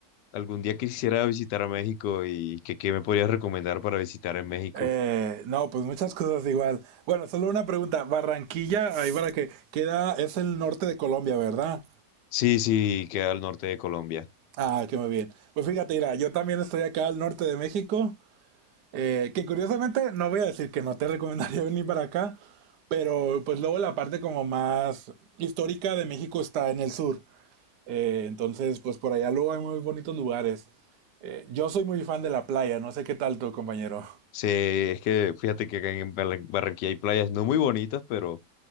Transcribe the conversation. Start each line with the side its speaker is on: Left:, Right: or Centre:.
Left: algún día quisiera visitar a México y que, qué me podrías recomendar para visitar en México.
Right: Eh, no, pues muchas cosas igual. Bueno, solo una pregunta. Barranquilla, ahí para que queda, es el norte de Colombia, ¿verdad?
Left: Sí, sí, queda al norte de Colombia.
Right: Ah, qué muy bien. Pues fíjate, mira, yo también estoy acá al norte de México, eh, que curiosamente no voy a decir que no te recomendaría <laughs> venir para acá, pero pues luego la parte como más histórica de México está en el sur. Eh, entonces, pues por allá luego hay muy bonitos lugares. Eh, yo soy muy fan de la playa, no sé qué tal tu compañero.
Left: Sí, es que fíjate que acá en Barran- Barranquilla hay playas no muy bonitas, pero,